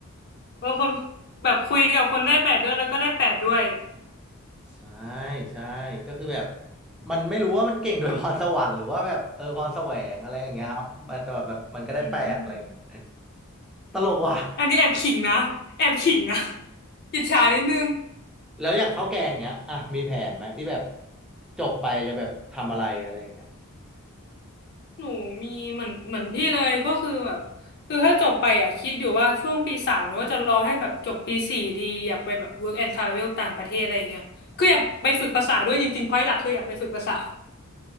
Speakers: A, on the left; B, in the centre.
A: เออคนแบบคุยกับคนได้แปดด้วยแล้วก็ได้แปดด้วย
B: ใช่ใช่ก็คือแบบมันไม่รู้ว่ามันเก่งโดยพรสวรรค์หรือว่าแบบเออพรแสวงอะไรอย่างเงี้ยครับแต่แบบมันก็ได้แปดอะไรอย่างเงี้ย
A: อืม
B: ตลกว่ะ
A: อันนี้แอบขิงนะ แอบขิงนะ <laughs> อิจฉานิดนึง
B: แล้วอย่างข้าวแกงเงี้ยอ่ะมีแผนไหมที่แบบจบไปจะแบบทำอะไรอะไรอย่างเงี้ย
A: หนูมีเหมือนเหมือนพี่เลยก็คือแบบคือถ้าจบไปอ่ะคิดอยู่ว่าช่วงปีสามหรือว่าจะรอให้แบบจบปีสี่ดีอยากไปแบบ work and travel ต่างประเทศอะไรอย่างเงี้ยคืออยากไปฝึกภาษาด้วยจริงๆเพราะหลักคืออยากไปฝึกภาษา
B: อ่า